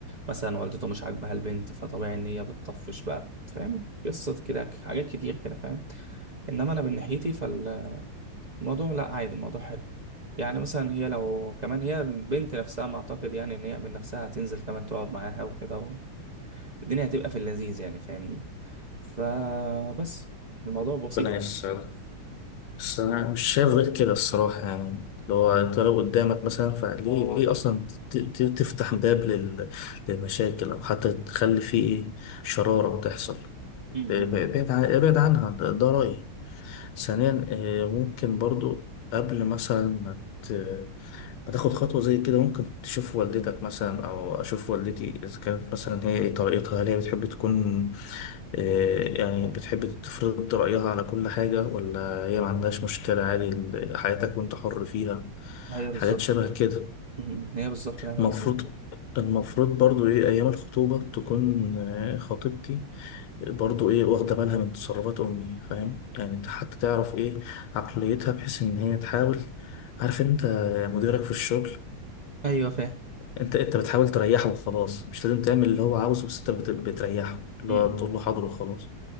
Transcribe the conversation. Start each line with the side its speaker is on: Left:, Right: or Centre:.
Right: مثلا والدته مش عاجبها البنت فطبيعي ان هي بتطفش بقى فاهم قصه كده حاجات كتير كده فاهم انما انا من ناحيتي فالموضوع لا عادي الموضوع حلو يعني مثلا هي لو كمان هي البنت نفسها ما اعتقد يعني ان هي من نفسها هتنزل كمان تقعد معاها وكده الدنيا هتبقى في اللذيذ يعني فاهمني فبس الموضوع بسيط
Left: ربنا
Right: يعني
Left: يسعدك بس انا مش شايف غير كده الصراحة يعني لو انت لو قدامك مثلا فليه ليه اصلا ت- ت- تفتح باب لل- للمشاكل او حتى تخلي فيه ايه شرارة تحصل
Right: م-
Left: ابعد
Right: م.
Left: عن- ابعد عنها ده, ده رأيي ثانيا آه، ممكن برضو قبل مثلا ما ت- ما تاخد خطوة زي كده ممكن تشوف والدتك مثلا أو أشوف والدتي إذا كانت مثلا هي إيه طريقتها هل هي بتحب تكون آه، يعني بتحب تفرض رأيها على كل حاجة ولا هي ما عندهاش مشكلة عادي ال- حياتك وأنت حر فيها
Right: هي بالظبط
Left: حاجات شبه
Right: كده
Left: كده
Right: م- م. هي بالظبط لا هي
Left: المفروض
Right: بالظبط كده
Left: المفروض برضو ايه ايام الخطوبة تكون آه، خطيبتي برضو ايه واخدة بالها من تصرفات امي فاهم يعني انت حتى تعرف ايه عقليتها بحيث ان هي تحاول عارف انت مديرك في الشغل
Right: ايوه فاهم
Left: انت انت بتحاول تريحه وخلاص مش لازم تعمل اللي هو عاوزه بس انت بت- بتريحه اللي
Right: م-
Left: هو بتقول
Right: م.
Left: له حاضر وخلاص